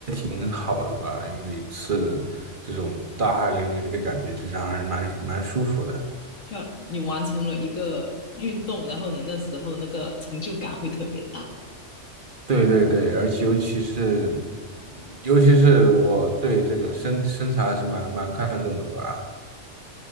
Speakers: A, on the right; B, on the left.
A: 很好的吧？因为每次这种大汗淋漓的感觉，就是让人蛮蛮舒服的。
B: 就你完成了一个运动，然后你那时候那个成就感会特别大，
A: 对对对，而且尤其是，尤其是我对这个身身材还是蛮蛮看重的吧，